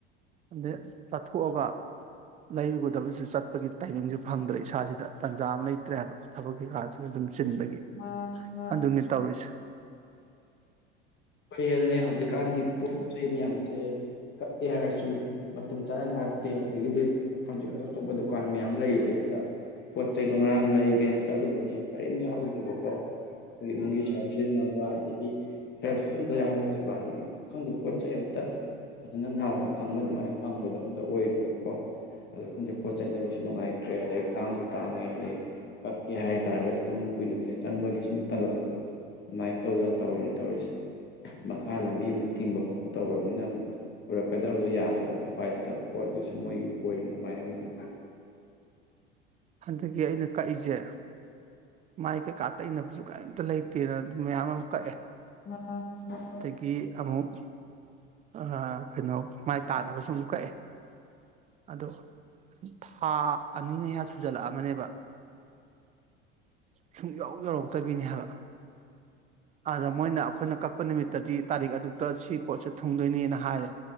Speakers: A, on the right (about 25°); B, on the left (about 35°).
A: ꯑꯗꯩ ꯆꯥꯊꯣꯛꯑꯒ ꯂꯩꯔꯨꯒꯗꯕꯁꯨ ꯆꯠꯄꯒꯤ ꯇꯥꯏꯃꯤꯡꯁꯨ ꯐꯪꯗ꯭ꯔꯦ ꯏꯁꯥꯁꯤꯗ ꯇꯥꯟꯖꯥ ꯑꯃ ꯂꯩꯇ꯭ꯔꯦ ꯍꯥꯏꯕ ꯊꯕꯛ ꯀꯩꯀꯥꯁꯤꯅ ꯁꯨꯝ ꯆꯤꯟꯕꯒꯤ
B: <inaudible>
A: ꯑꯗꯨꯅꯦ ꯇꯧꯔꯤꯁꯦ
B: ꯐꯦꯜꯅꯦ ꯍꯧꯖꯤꯛꯀꯥꯟꯗꯤ ꯄꯣꯠ ꯆꯩ ꯃꯌꯥꯝꯁꯦ ꯀꯛꯑꯦ ꯍꯥꯏꯔꯁꯨ ꯁꯨꯝ ꯃꯇꯝ ꯆꯥꯅ ꯂꯥꯛꯇꯦ ꯑꯗꯒꯤꯗꯤ ꯍꯧꯖꯤꯛ ꯑꯗꯨ ꯑꯇꯣꯞꯄ ꯗꯨꯀꯥꯟ ꯃꯌꯥꯝ ꯂꯩꯔꯤꯁꯦ ꯑꯗꯨꯗ ꯄꯣꯠ ꯆꯩꯗꯣ ꯉꯔꯥꯡ ꯂꯩꯒꯦꯅ ꯆꯠꯂꯨꯕꯅꯦ ꯀꯔꯤꯝ ꯌꯥꯎꯍꯧꯗꯦꯕꯀꯣ ꯑꯩꯈꯣꯏ ꯏꯃꯨꯡꯒꯤ ꯁꯔꯞ ꯁꯤꯖꯤꯟꯅꯕ ꯑꯗꯒꯤ ꯁꯔꯞꯁꯨ ꯑꯝꯇ ꯌꯥꯍꯧꯗꯦꯕ ꯑꯗꯒꯤ ꯈꯪꯗꯦ ꯄꯣꯠ ꯆꯩ ꯑꯝꯇ ꯐꯖꯅ ꯅꯍꯥꯟꯋꯥꯏ ꯌꯥꯝ ꯐꯪꯕ ꯑꯗꯨꯃꯥꯏꯅ ꯐꯪꯕꯗꯣ ꯑꯝꯇ ꯑꯣꯏꯗ꯭ꯔꯦꯕꯀꯣ ꯑꯗꯣ ꯈꯪꯗꯦ ꯄꯣꯠ ꯆꯩ ꯂꯩꯕꯁꯨ ꯅꯨꯡꯉꯥꯏꯇ꯭ꯔꯦ ꯑꯗꯩ ꯇꯥꯡꯁꯨ ꯇꯥꯡꯉꯦ ꯑꯗꯩ ꯀꯛꯀꯦ ꯍꯥꯏꯇꯥꯥꯔꯒꯁꯨ ꯑꯗꯨꯝ ꯀꯨꯏꯅ ꯀꯨꯏꯅ ꯆꯪꯕꯒꯤ ꯁꯨꯝ ꯇꯟꯂꯛꯄꯗꯣ ꯑꯗꯨꯃꯥꯏꯅ ꯇꯧꯗꯅ ꯇꯧꯔꯤꯅ ꯇꯧꯔꯤꯁꯦ ꯃꯈꯥ ꯂꯝꯕꯤ ꯑꯃꯨꯛ ꯊꯤꯡꯕ ꯈꯣꯠꯄ ꯇꯧꯈ꯭ꯔꯕꯅꯤꯅ ꯑꯃꯨꯛ ꯄꯨꯔꯛꯀꯗꯕꯗꯣ ꯌꯥꯗꯕꯅꯤ ꯎꯄꯥꯏ ꯂꯩꯇꯕꯀꯣ ꯑꯗꯨꯒꯤꯁꯨ ꯃꯣꯏ ꯑꯣꯏꯔꯤꯅꯤ ꯑꯗꯨꯃꯥꯏꯅꯕꯨꯗꯤ
A: ꯍꯟꯗꯛꯀꯤ ꯑꯩꯅ ꯀꯛꯏꯖꯦ ꯃꯥꯏ ꯀꯩꯀꯥ ꯇꯩꯅꯕꯁꯨ ꯀꯩꯝꯇ ꯂꯩꯇꯦꯅ ꯑꯗꯨ ꯃꯌꯥꯝ ꯑꯃ ꯀꯛꯑꯦ
B: <unintelligible>
A: ꯒꯤ ꯑꯃꯨꯛ ꯑꯥ ꯀꯩꯅꯣ ꯃꯥꯏ ꯇꯥꯅꯕꯁꯨ ꯑꯃꯨꯛ ꯀꯛꯑꯦ ꯑꯗꯣ ꯊꯥ ꯑꯅꯤ ꯃꯌꯥ ꯁꯨ ꯁꯨꯖꯤꯜꯂꯛꯑꯃꯅꯤꯕ ꯁꯨꯡꯌꯧ ꯌꯧꯔꯛꯇꯕꯤꯅꯦ ꯍꯥꯏꯕ ꯑꯗ ꯃꯣꯏꯅ ꯑꯩꯈꯣꯏꯅ ꯀꯛꯄ ꯅꯨꯃꯤꯠꯇꯗꯤ ꯇꯥꯔꯤꯛ ꯑꯗꯨꯛꯇ ꯁꯤ ꯄꯣꯠꯁꯦ ꯊꯨꯡꯗꯣꯏꯅꯦꯅ ꯍꯥꯏꯔꯦ